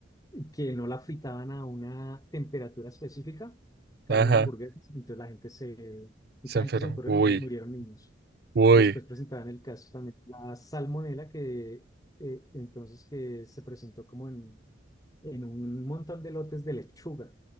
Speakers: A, on the left (about 20°); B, on the right (about 50°).
A: y que no la fritaban a una temperatura específica, carne
B: ajá,
A: de hamburguesas, entonces la gente se, mucha
B: se
A: gente
B: enfermó.
A: se murió,
B: Uy,
A: murieron niños.
B: uy,
A: Y después presentaban el caso también, de la salmonela, que eh, entonces que se presentó como en, en un montón de lotes de lechuga.